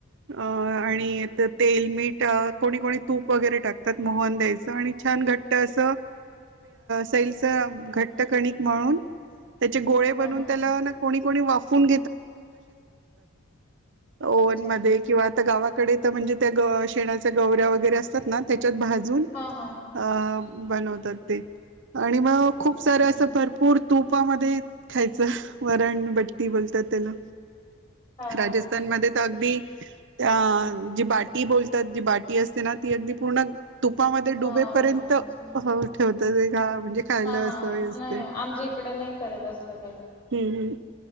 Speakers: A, on the right; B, on the left.
A: अ आणि तेल, मीठ कोणी कोणी तूप वगैरे टाकतात मोहन द्यायचं आणि छान घट अस सैलच घट्ट कणिक मळून त्याचे गोळे बनून
B: हां, हां.
A: त्याला ना कोणी कोणी वाफून ओवन
B: अच्छा.
A: मध्ये किंवा आता गावाकडे तर म्हणजे त्या शेणाच्या गवऱ्या वगैरे असतात ना त्या त्याच्यात भाजून
B: हां, हां.
A: अ बनवतात ते. आणि मग खूप
B: अच्छा.
A: सारं असं भरपूर तूपामध्ये खायचं, वरण बट्टी बोलतात त्याला.
B: हां,
A: राजस्थान
B: हां.
A: मध्ये तर अगदी त्या जी बाटी बोलतात, जी बाटी असते ना ती अगदी पूर्ण तुपामध्ये
B: हां,
A: डुबेपर्यंत
B: अच्छा.
A: ठेवत, ते का म्हणजे खायला
B: हां, हां.
A: असं असते.
B: नाही आमच्या इकडं नाही करत असत काही.
A: हम्म हम्म